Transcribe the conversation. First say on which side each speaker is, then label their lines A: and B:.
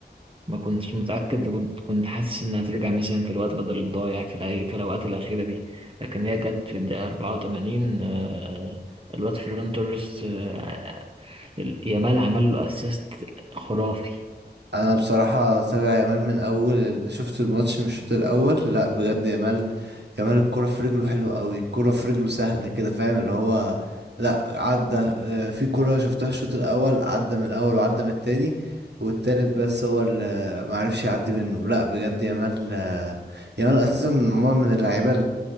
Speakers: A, on the right (about 30°); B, on the right (about 75°).
A: ما كنتش متأكد كنت كنت حاسس انها هترجع مثلا في الوقت بدل الضايع في الأي... في الاوقات الأخيرة دي لكن هي جت في الدقيقة 84 آه الواد فيران توريس آه ال- يامال عمل له اسيست خرافي
B: انا بصراحه تابع يامال من اول ال- شفت الماتش من الشوط الاول لا بجد يامال يامال الكره في رجله حلوه قوي الكره في رجله سهله كده فاهم اللي هو لا عدى آه، في كره شفتها الشوط الاول عدى من الاول وعدى من التاني والتالت بس هو اللي معرفش يعدي منه لا بجد يامال آه، يامال اساسا عموما من اللعيبه